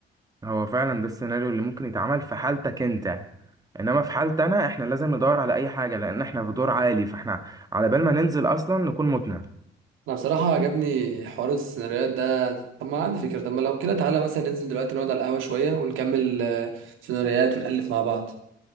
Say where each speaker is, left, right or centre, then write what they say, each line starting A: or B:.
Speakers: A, on the right (about 20°); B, on the right (about 85°).
A: هو فعلا ده السيناريو اللي ممكن يتعمل في حالتك انت انما في حالتي انا احنا لازم ندور على اي حاجه لان احنا في دور عالي فاحنا على بال ما ننزل اصلا نكون متنا
B: انا بصراحة عجبني حوار السيناريوهات ده طب ما عندي فكرة طب ما لو كده تعالى مثلا ننزل دلوقتي نقعد على القهوة شوية ونكمل آه، سيناريوهات ونألف مع بعض